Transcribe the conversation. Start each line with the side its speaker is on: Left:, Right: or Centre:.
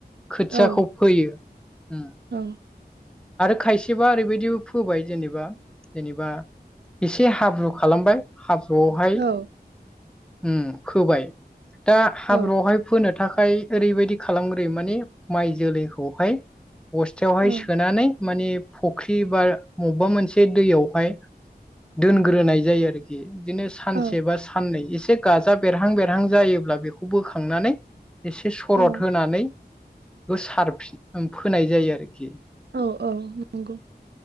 Centre: खोथियाखौ
Right: औ
Centre: फोयो। उम।
Right: औ
Centre: आरो खायसेबा ओरैबायदिबो फोबाय जेनेबा जेनेबा एसे हाब्रु खालामबाय हाब्रुआवहाय
Right: औ
Centre: उम, खोबाय दा हाब्रुआवहाय
Right: औ
Centre: फोनो थाखा खाय ओरैबायदि खालामग्रो माने माइ जोलैखौहाय बस्थायावहाय
Right: औ
Centre: सोनानै माने फख्रि बा अबबेबा मोनसे दैयाव हाय दोनग्रोनाय जायो आरोखि। इदिनो सानसे
Right: औ
Centre: बा साननै एसे से गाजा बेरहां बेरहां जायोब्ला बेखौ बोखांनानै एसे सरद
Right: औ
Centre: होनानै गोसारफिन फोनाय जायो आरोखि।
Right: औ औ नंगौ।